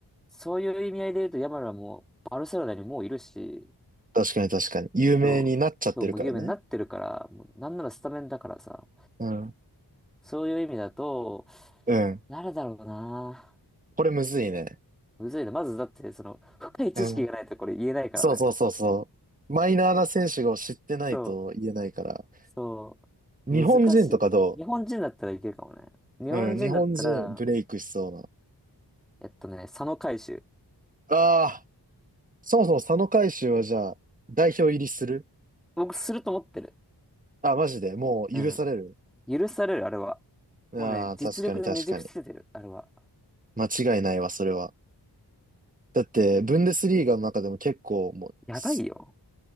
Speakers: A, in the centre; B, on the right.
A: そういう意味合いで言うと、ヤマルはもう、バルセロナにもういるし、
B: 確かに確かに。有名になっちゃってるからね。
A: そう、そう、もう有名になってるから、もうなんならスタメンだからさ、
B: うん。
A: そういう意味だと、
B: うん。
A: 誰だろうな。
B: これむずいね。
A: むずいな。まずだって、その、深い知識がないとこれ言えないからね。
B: うん。そうそうそうそう。マイナーな選手を知ってないと言えないから。
A: そう、そう、
B: 日本人とかど
A: 難しい。日本人だったらいけるかもね。日本人だったら、
B: ううん。日本人ブレイクしそうな。
A: えっとね、佐野海舟。
B: ああ、そもそも佐野海舟はじゃあ、代表入りする
A: 僕、すると思ってる。
B: あ、マジで、もう許される。
A: うん。許される、あれは。
B: ああ、
A: もうね、実力でねじ伏せてる、
B: 確かに確かに。
A: あれは。
B: 間違いないわ、それは。だって、ブンデスリーガの中でも結構、もう、
A: やばいよ。
B: す